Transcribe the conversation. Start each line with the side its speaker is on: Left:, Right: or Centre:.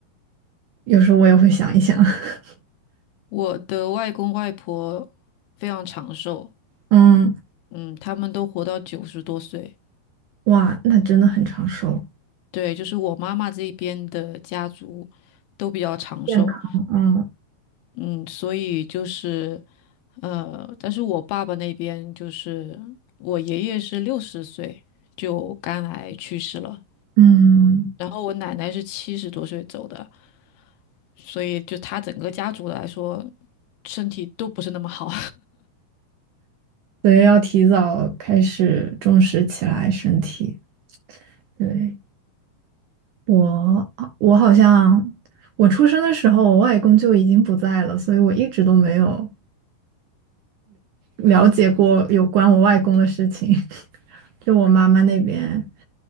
Right: 有时候我也会想一想，<laughs>
Left: 我的外公外婆非常长寿，
Right: 嗯，
Left: 嗯，他们都活到九十多岁。
Right: 哇，那真的很长寿，
Left: 对，就是我妈妈这边的家族都比较长寿，
Right: 健康，嗯
Left: 嗯，所以就是呃，但是我爸爸那边就是我爷爷是六十岁就肝癌去世了，
Right: 嗯，
Left: 然后我奶奶是七十多岁走的，所以就他整个家族来说，身体都不是那么好，
Right: 所以要提早开始重视起来身体。对，我，我好像我出生的时候，我外公就已经不在了，所以我一直都没有了解过有关我外公的事情，<laughs> 就我妈妈那边，